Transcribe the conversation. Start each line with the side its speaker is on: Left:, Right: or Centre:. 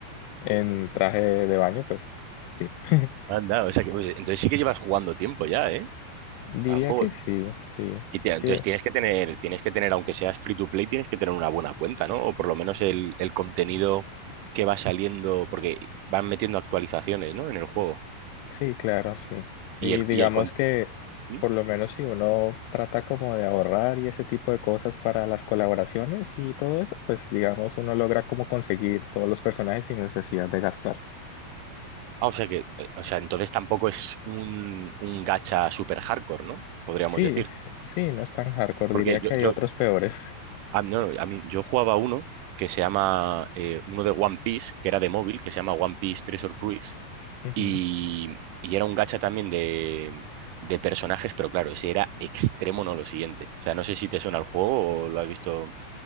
Left: en traje de baño, pues sí. <laughs>
Right: Anda, o sea que pues, entonces sí que llevas jugando tiempo ya, ¿eh?
Left: Diría
Right: Al juego.
Left: que sí, sí.
Right: Y te- entonces
Left: Sí,
Right: tienes que tener, tienes que tener, aunque seas free to play, tienes que tener una buena cuenta, ¿no? O por lo menos el, el contenido que va saliendo, porque van metiendo actualizaciones, ¿no? En el juego.
Left: Sí, claro, sí.
Right: Y
Left: Y
Right: el,
Left: digamos
Right: y el con-
Left: que
Right: ¿Mm?
Left: por lo menos si uno trata como de ahorrar y ese tipo de cosas para las colaboraciones y todo eso, pues digamos uno logra como conseguir todos los personajes sin necesidad de gastar.
Right: Ah, o sea que, eh, o sea, entonces tampoco es un, un gacha super hardcore, ¿no? Podríamos
Left: Sí,
Right: decir.
Left: sí, no es tan hardcore,
Right: Porque
Left: diría que
Right: yo,
Left: hay
Right: yo,
Left: otros peores.
Right: A, mí- no, no, a mí, yo jugaba uno que se llama, eh, uno de One Piece, que era de móvil, que se llama One Piece Treasure Cruise,
Left: <laughs> Ujú.
Right: y, y era un gacha también de, de personajes, pero claro, ese era extremo, no lo siguiente. O sea, no sé si te suena el juego o lo has visto.